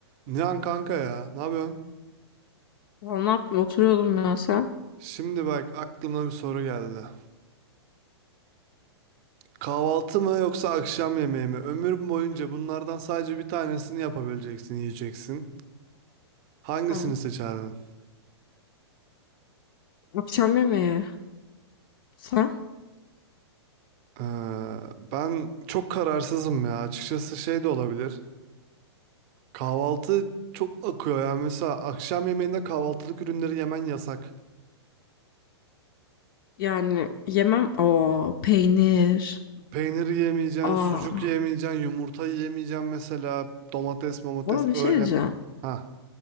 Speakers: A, on the right (about 35°); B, on the left (about 55°).
A: Nihan kanka ya, ne yapıyorsun?
B: Valla ne yapayım oturuyordum ya sen.
A: Şimdi bak aklıma bir soru geldi. Kahvaltı mı yoksa akşam yemeği mi? Ömür boyunca bunlardan sadece bir tanesini yapabileceksin, yiyeceksin. Hangisini
B: Hı.
A: seçerdin?
B: Akşam yemeği. Sen?
A: Ee, ben çok kararsızım ya. Açıkçası şey de olabilir. Kahvaltı çok akıyor yani mesela akşam yemeğinde kahvaltılık ürünleri yemen yasak.
B: Yani yemem. o peynir.
A: Peynir yemeyeceksin,
B: Aa.
A: sucuk yemeyeceksin, yumurta yemeyeceksin mesela. Domates, domates
B: Ama bir
A: öyle.
B: şey diyeceğim.
A: Ha,